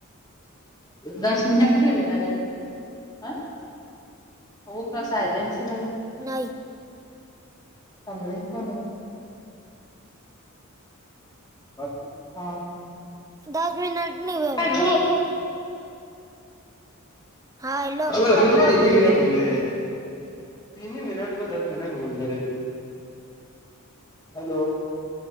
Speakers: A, on the left (about 20°); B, on the right (about 15°).
A: दस मिनिटली होणार रे ह हो का सायलेनर
B: नहीं
A: समरन पण हा
B: दस मिनट नहीं हुए अभी
A: अर
B: हाँ हेलो
A: अज त तीन मिनिट तीनही मनट ब दस मिनट बोल दे र तू हॅलो